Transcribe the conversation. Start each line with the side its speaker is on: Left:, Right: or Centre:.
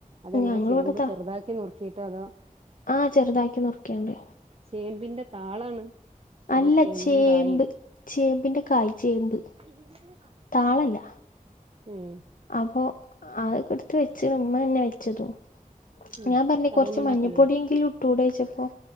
Right: അതെങ്ങനെ
Left: ഞങ്ങളിവിടെ
Right: ചേമ്പ്
Left: താ
Right: ചെറുതാക്കി നുർക്കീട്ടോ അതോ
Left: ആഹ് ചെറുതാക്കി നുറുക്കിയാണ്ട്
Right: ചേമ്പിന്റെ താളാണ് അതോ
Left: അല്ല
Right: ചേമ്പും
Left: ചേമ്പ്
Right: കായും
Left: ചേമ്പിന്റെ കായ് ചേമ്പ്.
Right: ഏന്നാണ്
Left: താളല്ല
Right: ഉം
Left: അപ്പോ അതൊക്കെടുത്ത് വെച്ച്ണ് മ്മന്നെ വെ ച്ചതും
Right: ഉം
Left: ഞാൻ പറഞ്ഞ
Right: കറിയൊന്നും
Left: കുറച്ച്
Right: ഉണ്ടാക്കലില്ലേ
Left: മഞ്ഞപ്പൊടിയെങ്കിലും ടുഡേ ചോയിച്ചപ്പോ